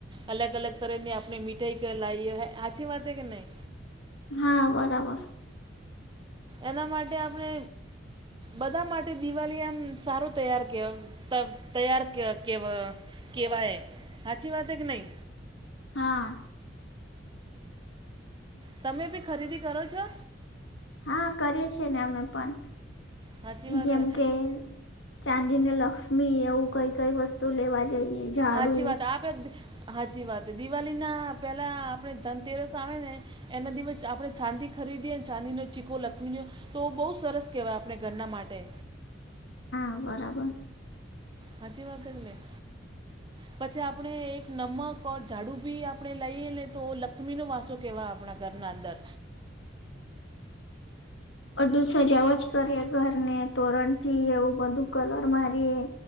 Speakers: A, on the right (about 25°); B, on the left (about 75°).
A: અલગ અલગ તરહ ની આપણે મીઠાઈ <inaudible> લાઇએ હાચી વાત હ કે નહી?
B: હા બરાબર.
A: એના માટે આપણે બધા માટે દિવાળી આમ સારું તૈયાર કે <inaudible> ત તૈયાર કે કેવ કેવાય હાચી વાત હ કે નહી?
B: હા.
A: તમે બી ખરીદી કરો છો?
B: હા કરી છી ને અમે પણ
A: સાચી વાત
B: જેમ
A: છે.
B: કે ચાંદીને લક્ષ્મી એવું કઈ કઈ વસ્તુ લેવા જઈએ. ઝાડુ
A: હાચી વાત આપે હાચી વાત દિવાળીના પેલા આપણે ધનતેરસ આવે ને એના ધીમે આપણે ચાંદી ખરીદીએ ચાંદીનો ચીકો લક્ષ્મીનો તો બહુ સરસ કહેવાય આપણે ઘરના માટે.
B: હા બરાબર
A: હાચી વાત હે કે નહીં? પછી આપણે એક નમક ઓર ઝાડુ બી આપણે લઈએ ને તો લક્ષ્મી નો વાસો કેવા આપણા ઘર નાં અંદર
B: બધું સજાવા જ કરીએ ઘરને તોરણ થી એવું બધું કલર મારીએ